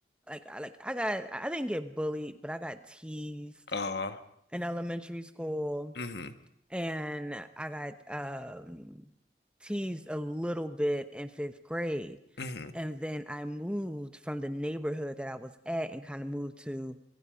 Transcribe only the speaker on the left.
Uh
mm-hmm
mm-hmm